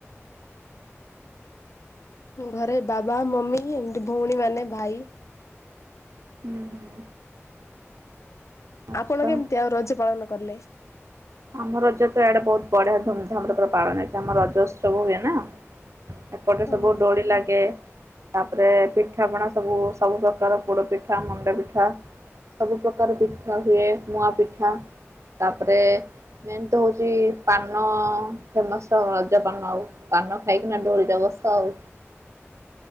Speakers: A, on the left (about 80°); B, on the right (about 75°).
A: ହୁଁ ଘରେ ବାବା ମମି ଏମିତି ଭଉଣୀ ମାନେ ଭାଇ,
B: ହୁଁ ହୁଁ, ଆଚ୍ଛା।
A: ଆପଣ କେମିତି ଆଉ ରଜ ପାଳନ କଲେ?
B: ଆମ ରଜ ତ ଏଆଡ଼େ ବହୁତ୍ ବଢ଼ିଆ ଧୁମଧାମରେ ପୁର ପାଳନ ହେଇଛି ଆମ ରଜ ଉତ୍ସବ ହୁଏ ନା, ଏପଟେ ସବୁ
A: ଓହୋ
B: ଡୋଳି ଲାଗେ, ତାପରେ ପିଠାପଣା ସବୁ-ସବୁ ପ୍ରକାର ପୋଡ଼ ପିଠା, ମୁଣ୍ଡ ପିଠା, ସବୁ ପ୍ରକାର ପିଠା ହୁଏ ମୁଆ ପିଠା ତାପରେ, ମେନ୍ ତ ହଉଛି ପାନ ଫେମସ ରଜ ପାନ ଆଉ, ପାନ ଖାଇକିନା ଦୈଳି ରେ ବସ ଆଉ,